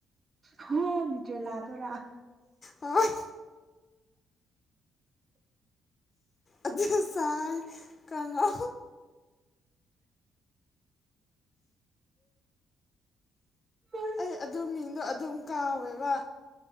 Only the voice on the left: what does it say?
ꯑꯣꯥꯏ ꯑꯗꯨ ꯁꯥꯏ ꯀꯉ
ꯑꯩ ꯑꯗꯨ ꯃꯤꯡꯗꯣ ꯑꯗꯨꯝ ꯀꯥꯎꯋꯦꯕ